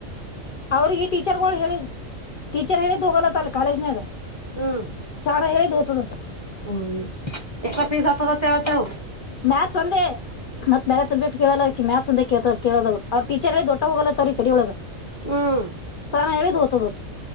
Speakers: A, on the left; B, on the right.
A: ಅವ್ರಿಗೆ ಟೀಚರ್ಗಳು ಹೇಳಿ ಟೀಚರ್ ಹೇಳಿದ್ ಹೋಗಲತ್ತ ಅಲ್ಲ ಕಾಲೇಜ್ನಾಗ.
B: ಹ್ಮ್
A: ಸಾರ ಹೇಳಿದ್ ಹೋತದತ್ತ
B: -ಹ್ಮ್ -ಎ್ರ- ಪೀಸ್ ಹಾಗ್ತಿವತವು
A: ಮ್ಯಾಥಸ್ ಒಂದೇ ಮತ್ತ ಬೇರೆ ಸಬ್ಜೆಕ್ಟ್ ಕೇಳಲ್ಲ ಅಕ್ಕಿ ಒಂದ ಕೇಳದವ್ ಅವ್ರ ಟೀಚರ್ ದೊ ಹೋಗಲ್ಲ ತೆಲಿ ಒಳಗ
B: ಹ್ಮ್
A: ಸರ್ ಹೇಳಿದ ಹೋಗ್ತದತ್